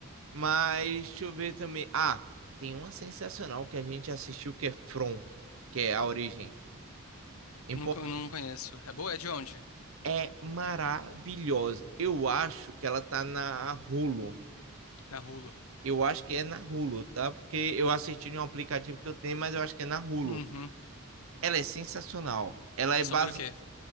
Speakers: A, on the right (about 65°); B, on the left (about 75°).
A: Mas, deixa eu ver também. Ah, tem uma sensacional que a gente assistiu que é From, que é a origem. Em
B: Não,
A: português.
B: co- não conheço. É boa? É de onde?
A: É maravilhosa. Eu acho que ela tá na Hulu.
B: Na Hulu.
A: Eu acho que é na Hulu, tá? Porque eu assisti em um aplicativo que eu tenho, mas eu acho que é na Hulu.
B: Uhum.
A: Ela é sensacional. Ela é
B: É sobre
A: base...
B: o quê?